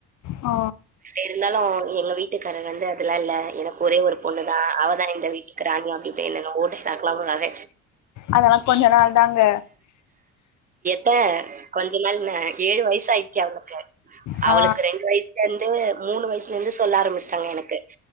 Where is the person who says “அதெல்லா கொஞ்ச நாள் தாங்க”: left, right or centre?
Left